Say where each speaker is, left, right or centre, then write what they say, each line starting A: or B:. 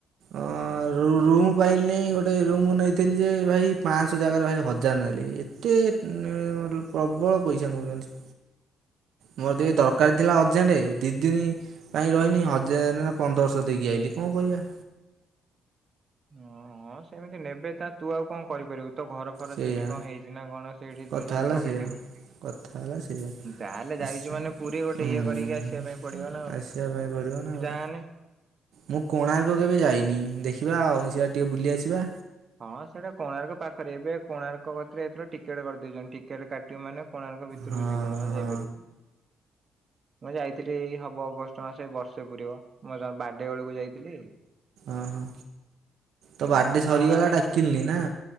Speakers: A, on the right; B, on the right.
A: ଅ
B: ହୁଁ
A: ରୁ ରୁମ ପାଇଲିନାଇଁ, ଗୋଟେ ରୁମ୍ ନେଇଥିଲି ଯେ ଭାଇ, ପାଁଶହ ଜାଗାରେ ଭାଇ ହଜାର ନେଲେ। ଏତେ ନେ ମ ରୁ ପ୍ରବଳ ପଇସା ନଉଛନ୍ତି। ମୋର ଟିକେ ଦରକାର ଥିଲା ଅ ଅର୍ଜେଣ୍ଟ, ଦିଇ ଦିନ ପାଇଁ ରହିନି, ହଜାର ନା ପନ୍ଦରଶହ ଦେଇକି ଆଇିଲି। କଣ କହିବା?
B: ଓ ହଁ ସେମିତି ନେବେ ତା ତୁ ଆଉ କଣ କରିପାରିବୁ ତୋ ଘର ତୋର
A: ସେଇଆ
B: ସେଇଠି କଣ ହେଇଚି ନା କଣ ସେଇଠି
A: କଥା
B: ତୁ ଯାଇକି
A: ହେଲା
B: ରହିଯିବୁ।
A: ସେଇଆ କଥା ହେଲା ସେଇଆା
B: ଯାହାହେଲେ ଯାଇଛୁ
A: ଆଁ
B: ମାନେ ପୁରୀ ଗୋଟେ
A: ଆ ଉଁ
B: ଇଏ କରିକି ଆସିବା ପାଇଁ ପଡିବ ନା ଆଉ।
A: ଯିବା ପାଇଁ ପଡ଼ିବ ନା ଆଉ।
B: <unintelligible>
A: ମୁଁ କୋଣାର୍କ କେବେ ଯାଇନି ଦେଖିବା ଆଉ ସିଆଡେ ଟିକେ ବୁଲି ଆସିବା।
B: ହଁ ସେଇଟା କୋଣାର୍କ ପାଖରେ ଏବେ କୋଣାର୍କ ପାଖରେ ଏଥର ଟିକେଟ କରିଦେଇଚନ୍ତି ଟିକେଟ କା ଟିବୁ ମାନେ କୋଣାର୍କ ଭିତରୁକୁ
A: ହଁ
B: ଯିବୁ ନହେଲେ
A: ହଁ।
B: ଯାଇପାରିବୁନୁ। ମୁଁ ଯାଇଥିଲି ଏଇ ହବ ଅଗଷ୍ଟ ମାସ ଏଇ ବର୍ଷେ ପୁରିବ ମୋ ଜ ବାର୍ଡେ ବେଳକୁ ଯାଇଥିଲି।
A: ଓହୋ ତୋ
B: ହୁଁ
A: ବାଡେ
B: ଆଉ
A: ସରିଗଲା
B: ତମ ଗାଁ ଆଡେ
A: ଡାକିଲୁନି ନା।